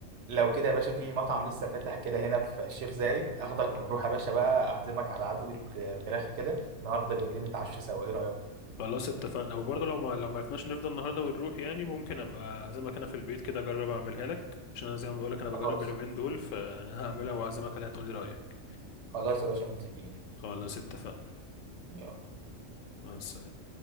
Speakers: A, on the right; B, on the left.
A: لو كده يا باشا في مطعم لسه فاتح كده هنا في الشيخ زايد اخدك ونروح يا باشا بقى اعزمك على عزوة آه، فراخ كده النهارده بالليل نتعشى سوا ايه رأيك
B: خلاص اتفقنا وبرضه لو ما لو ما عرفناش نفضل النهاردة ونروح يعني ممكن أبقى أعزمك أنا في البيت كده أجرب أعملها لك عشان أنا زي ما بقولك أنا بجرب
A: خلاص
B: اليومين دول فهعملها وأعزمك عليها تقولي رأيك
A: خلاص يا باشا متفقين
B: خلاص اتفقنا
A: يلا
B: مع السلامة